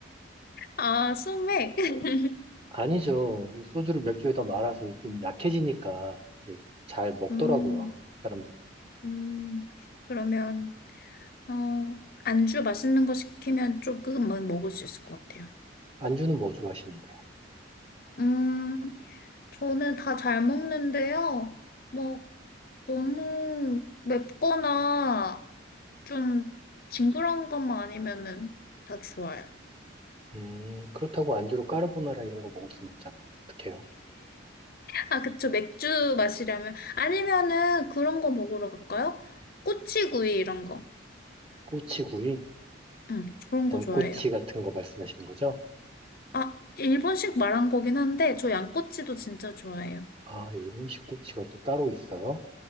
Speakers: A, on the left; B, on the right.
A: 아, 소맥. <laughs>
B: 아니죠. 소주를 맥주에다 말아서 좀 약해지니까 이게 잘 먹더라고요,
A: 음,
B: 사람들이.
A: 음, 그러면, 어, 안주 맛있는 거 시키면 조금은 먹을 수 있을 것 같아요.
B: 안주는 뭐 좋아하시는데요?
A: 음. 저는 다 잘 먹는데요. 뭐, 너무 맵거나 좀 징그러운 것만 아니면은 다 좋아요.
B: 음, 그렇다고 안주로 까르보나라 이런 거 먹을 순 없잖아. 어떡해요?
A: 아, 그쵸. 맥주 마시려면. 아니면은 그런 거 먹으러 갈까요? 꼬치구이 이런 거.
B: 꼬치구이?
A: 응, 그런 거
B: 양꼬치
A: 좋아해요.
B: 같은 거 말씀하시는 거죠?
A: 아, 일본식 말한 거긴 한데, 저 양꼬치도 진짜 좋아해요.
B: 아, 일본식 꼬치가 또 따로 있어요?